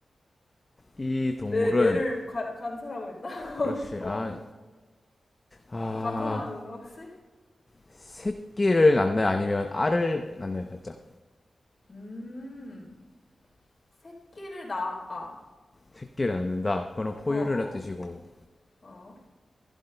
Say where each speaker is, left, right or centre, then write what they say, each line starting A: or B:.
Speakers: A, on the left; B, on the left.
A: 이 동물은
B: 내 뇌를 관- 관찰하고 있나? <laughs>
A: 그렇지.
B: 어.
A: 아, 아,
B: 다 간판하는 건가 혹시?
A: 새끼를 낳나요? 아니면 알을 낳나요? 살짝.
B: 음. 새끼를 낳아.
A: 새끼를 낳는다. 그건 포유류란
B: 어, 어.
A: 뜻이고
B: 어.